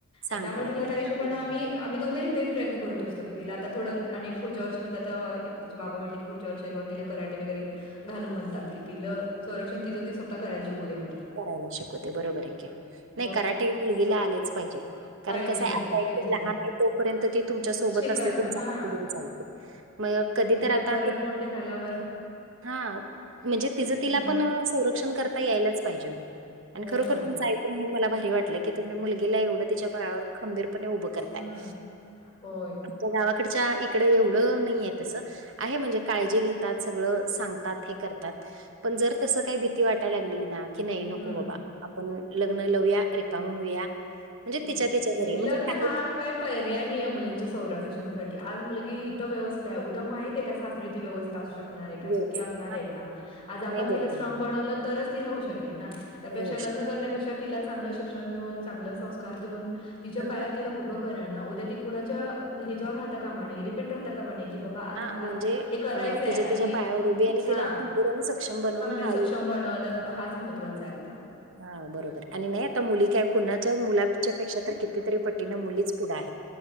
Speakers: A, on the right (about 60°); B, on the left (about 25°).
A: सांगता
B: म त्यामुळे
A: येत
B: तिला
A: नाही.
B: त्या दिवशी
A: हां, बरोबर.
B: आम्ही आम्ही दोघंही ते प्रयत्न करत असतो की, तिला आता थोडं आणि एक पुढच्या वर्षी म्हण आ. तिचे बाबा म्हणले की, पुढच्या वर्षताण तला कराे वगैरे घालू म्हणतात की, तिला. संरक्षण तिचं ती स्वतः करायला शिकू दे म्हणतात.
A: करायला शिकू दे बरोबर आहे की,
B: मग
A: नाही कराटे मुलगीला आलेच पाहिजेत. कारण
B: पाहिजे
A: कसं आता एक
B: तेचच
A: लहान आहे तोपर्यंत ती तुमच्या सोबत
B: शिकायला
A: असते तुमचा
B: हा
A: हात धरून चालेल. मग कधी
B: उद्या
A: तर आता.
B: परत मोठी झाल्यावर
A: हा, म्हणजे तिज तिला
B: मग
A: पण संरक्षण करता यायलाच पाहिजे आणि
B: होय
A: खरोखर
B: होय
A: तुमचा ऐकू''--'' तुही मला भारी वाटलं की, तुम्ही मुलगीला एवढं तिच्या पायावर खंबीरपणे उभ. करताय
B: हम्म होय
A: गावाकडच्या इकड एवढं नाहीय तस. आहे म्हणजे काळजी घेतात सगळं सांगतात हे करतात. पण जर तसं काही भीती वाटाय लागली ना. कि नाही नको
B: हम्म.
A: बाबा आपण लग्न लावया रिकाम होऊया. म्हणजे
B: ह्
A: तिच्या तिच्या
B: नाही
A: घरी
B: लग्न
A: म्हणजे काही
B: हा, काय पर्याय नाही आहे मुलींच्या संरणरक्षणासाठी आज मुलगी हित व्यवस्थित आहे उद्या माहती आहे का सास ''--'' री ती व्यस्थित असू शकते. नार का
A: वेळ
B: सुखी
A: सुद्धा
B: असणार आज आपण
A: नाही बरोबर
B: तिला स्ट्रॉग बनवल तरच ती राहू शकेल ना. त्यापेक्षा
A: राहू
B: लग्न करण्यापेक्षा तिला चांगलं शिक्षण देऊन चांगलं संस्कार देऊन तिच्या
A: शकतो.
B: पायावर तिला उभ. करा ना उद्या ती कुणाच्या ह्याच्यावर राहता कामा डिपेंड राहता कामाने. कि बाबा आज
A: हां,
B: मला
A: म्हणजे
B: हे करायचंय
A: अ, तिच्या
B: आणि
A: तिच्या पायावर उभी आणि तिला
B: हा
A: खंबीर आणि सक्षम बनवणं
B: खरे
A: हा
B: सक्षम बनव. हाच महत्वाचा आहे आता.
A: हा, बरोबर हाय आणि नाही आता मुली काय कुणाच्या मुलाच्या पेक्षा तर कितीतरी. पटींन मुलीच पुढं आहे.